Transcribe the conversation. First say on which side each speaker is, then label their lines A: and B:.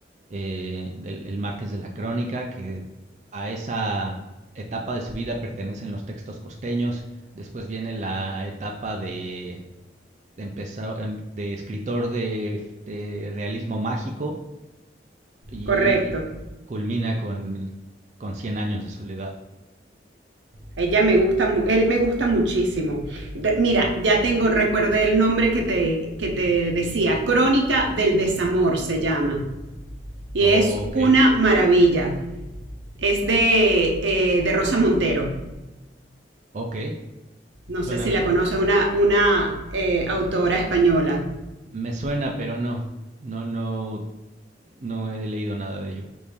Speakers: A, on the right; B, on the right.
A: eh, del el Márquez de la Crónica, que a esa etapa de su vida pertenecen los textos costeños. Después viene la etapa de, de empezar em, de escritor de, de realismo mágico y
B: correcto.
A: culmina con con Cien años de soledad.
B: Ella me gusta, mu- él me gusta muchísimo. Re- Mira, ya tengo, recuerde el nombre que te, que te decía, Crónica del Desamor se llama. Y
A: Oh,
B: es
A: ok.
B: una maravilla. Es de, eh, de Rosa Montero.
A: Ok,
B: No
A: suena
B: sé si
A: bien.
B: la conoces, una, una eh, autora española.
A: Me suena, pero no, no, no, no he leído nada de ello,